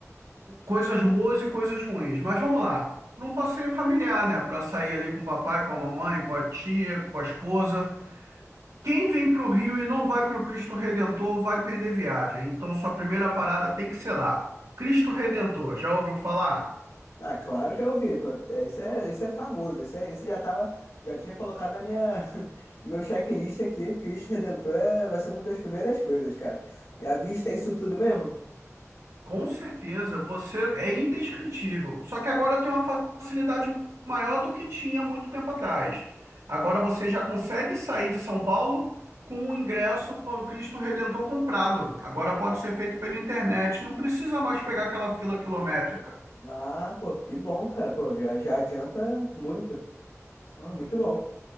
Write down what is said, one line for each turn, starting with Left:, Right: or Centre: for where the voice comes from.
Right: coisas boas e coisas ruins. Mas vamos lá, para um passeio familiar, né? Para sair ali com o papai, com a mamãe, com a tia, com a esposa. Quem vem para o Rio e não vai para o Cristo Redentor vai perder viagem. Então, sua primeira parada tem que ser lá. Cristo Redentor, já ouviu falar?
Left: Ah, claro, já ouvi. Pô. Esse é, esse é famoso. Esse, é- esse já tava, já tinha colocado na minha, <laughs> no meu checklist aqui. Cristo Redentor é, vai ser uma das primeiras coisas, cara. E à vista é isso tudo mesmo?
Right: Com certeza, você é indescritível. Só que agora tem uma facilidade maior do que tinha muito tempo atrás. Agora você já consegue sair de São Paulo com o ingresso para o Cristo Redentor comprado. Agora pode ser feito pela internet, não precisa mais pegar aquela fila quilométrica.
Left: Ah, pô, que bom, cara. Pô, já, já adianta muito. Ó, muito bom.